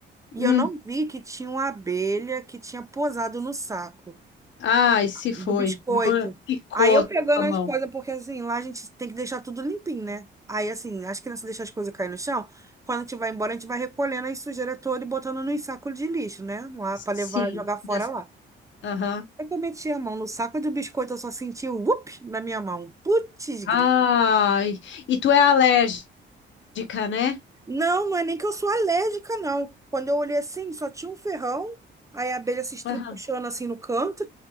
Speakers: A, on the right; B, on the left.
A: E
B: Hum.
A: eu não vi que tinha uma abelha que tinha posado no saco
B: Ai, se foi.
A: do biscoito.
B: Mora- Picou
A: Aí eu
B: a tua
A: pegando
B: mão.
A: as coisas, porque assim, lá a gente tem que deixar tudo limpinho, né? Aí assim, as crianças deixam as coisas cair no chão. Quando a gente vai embora, a gente vai recolhendo a sujeira toda e botando nos sacos de lixo, né? Lá pra
B: Sim.
A: levar, jogar fora
B: das-
A: lá.
B: Aham.
A: Aí que eu meti a mão no saco do biscoito, eu só senti o whoop na minha mão. Putz, grito.
B: Ai, e tu é alérgica, né?
A: Não, não é nem que eu sou alérgica, não. Quando eu olhei assim, só tinha um ferrão, aí a abelha se estribuchando
B: Aham.
A: assim no canto.